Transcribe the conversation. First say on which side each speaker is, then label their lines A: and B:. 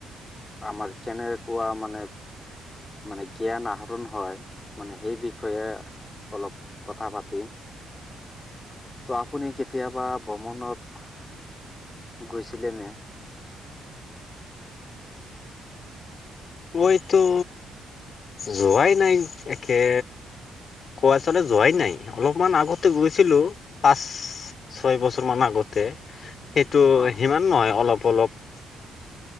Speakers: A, on the left (about 25°); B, on the left (about 50°).
A: আমাৰ কেনেকোৱা মানে। মানে জ্ঞান আহৰণ হয় মানে সেই বিষয়ে। অলপ কথা পাতিম ত আপুনি কেতিয়াবা। ভ্ৰমনত। গৈছিলে নে।
B: মইতো যোৱাই নাই একে। কোৱা চলে যোৱাই নাই অলপমান আগত। ত গৈছিলোঁ পাঁচ, ছয় বছৰ মান আগতে সেইটো
A: অ',
B: সিমান। নহয় অলপ অলপ।